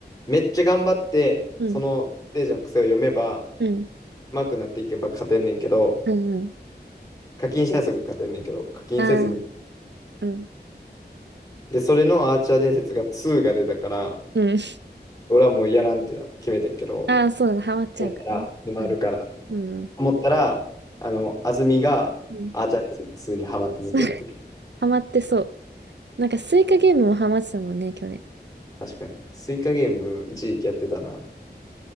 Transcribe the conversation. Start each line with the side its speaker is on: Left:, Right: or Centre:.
Left: めっちゃ頑張って、
Right: うん、
Left: そのステージの癖を読めば、
Right: うん、
Left: 上手くなっていけば勝てんねんけど、
Right: うん、うん。
Left: 課金したすぐ勝てんねんけど、課金せずに。
Right: ああ、うん、
Left: で、それのアーチャー伝説が2が出たから、
Right: うん。
Left: 俺はもうやらんってな決めてんけど、
Right: ああ、そうだ、ハマっちゃうからね。
Left: 今から沼るから。
Right: うん、うん、
Left: 思ったら、あの、安住がアーチャー伝説2にハマってずっとやってる。
Right: うん。<laughs> ハマってそう。なんかスイカゲームもハマってたもんね、去年。
Left: 確かに。スイカゲーム一時期やってたな。